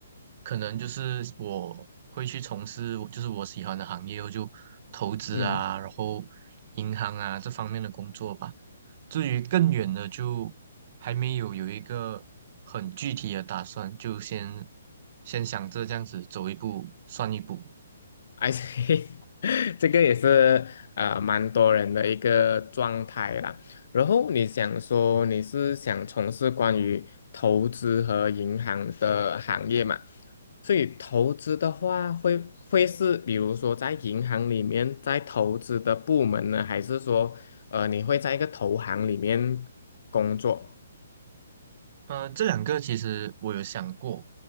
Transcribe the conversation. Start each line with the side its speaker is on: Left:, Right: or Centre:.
Right: 可能就是我会去从事我就是我喜欢的行业，我就投资啊，
Left: 嗯
Right: 然后银行啊这方面的工作吧。至于更远的，就还没有有一个很具体的打算，就先先想着这样子走一步算一步。
Left: 而且 <laughs> 这个也是呃蛮多人的一个状态啦。然后你想说你是想从事关于投资和银行的行业嘛？所以投资的话会，会是比如说在银行里面在投资的部门呢，还是说呃你会在一个投行里面工作？
Right: 呃，这两个其实我有想过，